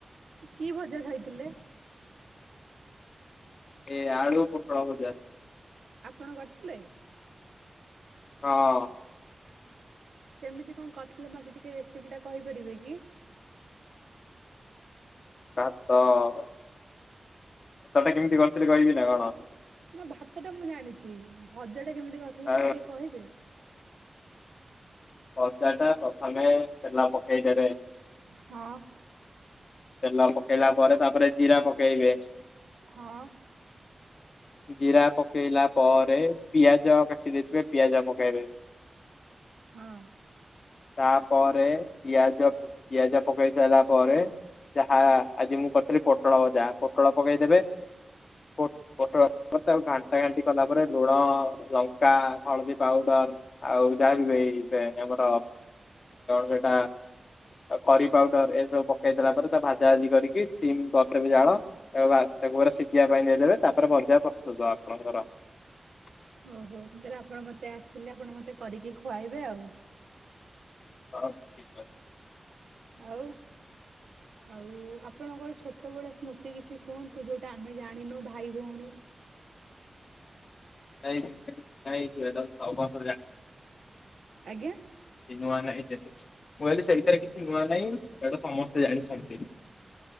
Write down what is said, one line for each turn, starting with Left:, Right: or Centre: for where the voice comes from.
Right: କି ଭଜା ଖାଇଥିଲେ।
Left: ଏ ଆଳୁ ପୋଟଳ ଭଜା।
Right: ଆପଣ କରିଥିଲେ।
Left: ହଁ।
Right: କେମିତି କଣ କରିଥିଲେ ମତେ ଟିକେ ରେସିପି ଟା କହିପାରିବେ କି?
Left: ଭାତ ଭାତ ଟା କେମିତି କରିଥିଲି କହିବି ନାଁ କଣ।
Right: ନା ଭାତ ଟା ମୁଁ ଜାଣିଛି। ଭଜ ସେଉଟା କେମିତି କଥିଲେ
Left: ଆଉ
Right: ମତେ ଟିକେ କହିବେ।
Left: ଭଜା ଟା ପ୍ରଥମେ ତେଲ ପକେଇ ଦେବେ।
Right: ହଁ।
Left: ତେଲ ପକେଇଲା ପରେ ତାପରେ ଜିରା ପକେଇବେ।
Right: ହଁ।
Left: ଜିରା ପକେଇଲା ପରେ ପିଆଜ କା ଦେଇଥିବେ ପିଆଜ ପକାଇବେ
Right: ହଁ
Left: ତାପରେ ପିଆଜ <unintelligible> ପିଆଜ ପକେଇ ସାଇଲା ପରେ ଯାହା ଆଜି ମୁଁ କରିଥିଲି ପୋଟଳ ଭଜା ପୋଟଳ ପକେଇ ଦେବେ। ପୋ ପୋଟଳ ମ ତାକୁ ଘାଣ୍ଟା ଘାଣ୍ଟି କଲା ପରେ ଲୁଣ-ଲଙ୍କା-ହଳଦୀ ପାଉଡର ଆଉ ଯାହା ବି ଏଇ ଇ ଵ ଆମର ସେଟା କରି ପାଉଡର ଏସବୁ ପକେଇ ଦେଲା ପରେ ତା ଭାଜା ଭାଜି କରିକି ସିମ୍ କରିଦେବ ଜାଳ। ବା ତାକୁ ପୁରା ସିଝିବା ପାଇଁ ଦେଇଦେବେ। ତାପରେ ଭଲ <inaudible> ଆପଣଙ୍କର।
Right: ଓ ହୋ <inaudible> ଆପଣ ମତେ ଆସ ଆସିଲେ ଆପଣ ମତେ କରିକି ଖୁଆଇବେ ଆଉ।
Left: <unintelligible>
Right: ଆଉ ଆଉ ଆପଣଙ୍କର ଛୋଟ ବଳ ସ୍ମୃତି କିଛି କୁହନ୍ତୁ। ଯୋଉଟା ଆମେ ଜାଣିନୁ ଭାଇ ଭଉଣୀ।
Left: <unintelligible>
Right: ଆଜ୍ଞା।
Left: ନୂଆ ନାହିଁ ମୁଁ କହିଲି ସେଇଥିରେ କିଛି ନୂଆ ନାହିଁ ଏଇଟା ସମସ୍ତେ ଜାଣିଛନ୍ତି।